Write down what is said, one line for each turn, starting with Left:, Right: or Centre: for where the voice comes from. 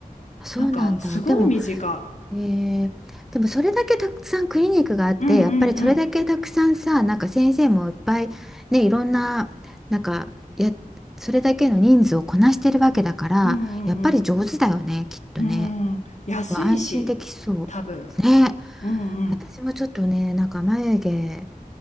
Centre: そうなんだでも、
Left: なんか、すごい身近。
Centre: えーでもそれだけたくさんクリニックがあってやっぱりそれだけたくさんさなんか先生もいっぱいねいろんななんかやそれだけの人数をこなしてるわけだからやっぱり上手だよねきっとね
Left: うんうんうん。うんうんうん。うん。安いし、
Centre: 安心できそ
Left: 多分。
Centre: うね
Left: うんうん
Centre: 私もちょっとねなんか眉毛